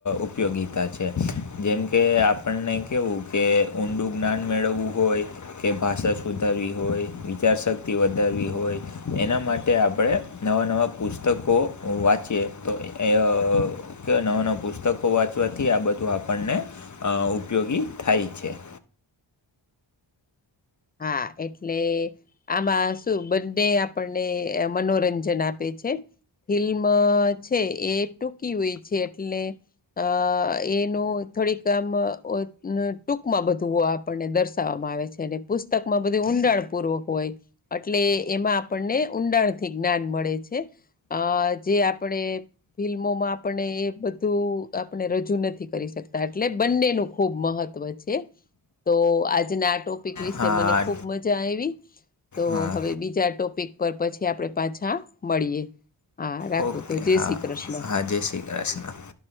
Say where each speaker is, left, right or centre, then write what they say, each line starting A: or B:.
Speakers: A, on the left; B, on the left.
A: ઉપયોગિતા છે. જેમ કે આપણે કેવું કે ઊંડું જ્ઞાન મેળવવું હોય. કે ભાષા સુધારવી હોય વિચારશક્તિ વધારવી હોય. એના માટે આપણે નવા નવા પુસ્તકો વાંચીએ તો એ અ કે નવા નવાં પુસ્તકો વાંચવાથી આ બધું આપણને અ ઉપયોગી થાય છે.
B: હા એટલે આમાં શું બંને આપણને મનોરંજન આપે છે ફિલ્મ મા છે એ ટૂકી હોય છે એટલે અ એનું થોડીક આમ ઓ ન ટૂંકમાં બધું હો આપણને દર વવામાં આવે છે અને પુસ્તકમાં બધી ઊંડાણ પૂર્વક હોય. અટલે એમાં આપણને ઊંડાણ થી જ્ઞાન મળે છે. અ જે આપણે ફિલ્મોમાં આપને એ બધું આપણે રજૂ નથી કરી શકતા એટલે બંનેનું ખૂબ મહ ત્વ છે તો આજે આ ટોપિક વિશે
A: હા
B: મને ખૂબ મજા આવી તો
A: હા
B: હવે બીજા ટોપિક ઉપર પછી આપણે પાછા મળીએ હા રાખો
A: ઓકે
B: તો જય
A: હા
B: શ્રી કૃષ્ણ
A: હા <unintelligible>